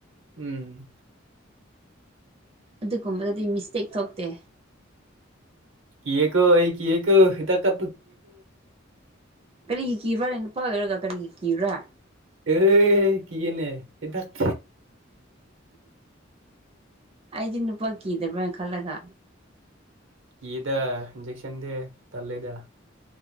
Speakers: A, on the right (about 80°); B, on the right (about 30°).
A: ꯎꯝ
B: ꯑꯗꯨꯒꯨꯝꯕꯗꯗꯤ ꯃꯤꯁꯇꯦꯛ ꯊꯣꯛꯇꯦ
A: ꯀ ꯀꯣ ꯑꯩ ꯀ ꯀꯣ ꯏꯗ ꯀ
B: ꯀꯔꯤꯒꯤ ꯀꯕ꯭ꯔꯥ ꯅꯨꯄꯥ ꯑꯣꯏꯔꯒ ꯀꯔꯤꯒꯤ ꯀꯕ꯭ꯔꯥ
A: ꯑꯦ ꯀ ꯀꯅꯦ ꯍ ꯊꯥꯛ
B: ꯑꯩꯗꯤ ꯅꯨꯄꯥ ꯀꯤꯗꯕ꯭ꯔꯅ ꯈꯜꯂꯒ
A: ꯌꯦꯗ ꯏꯟꯖꯦꯛꯁꯟꯗꯦ ꯇꯂꯦꯗ